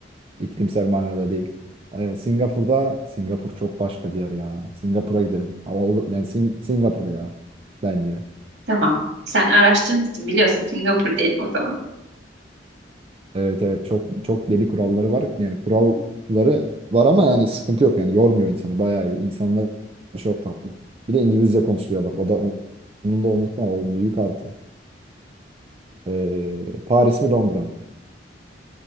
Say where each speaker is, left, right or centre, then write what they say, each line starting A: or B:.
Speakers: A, on the right; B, on the right.
A: iklimsel manada değil. Ee, Singapur'da Singapur çok başka bir yer ya. Singapur'a gidelim. Ama olur yani Sing- Singapur ya bence.
B: Tamam. Sen araştırmışsın biliyorsun Singapur diyelim o zaman.
A: Evet evet çok çok deli kuralları var. Yani kuralları var ama yani sıkıntı yok yani yormuyor insanı bayağı iyi. İnsanlar çok tatlı. Bir de İngilizce konuşuluyor bak o da onun da unutma o büyük artı. Ee, Paris mi Londra mı?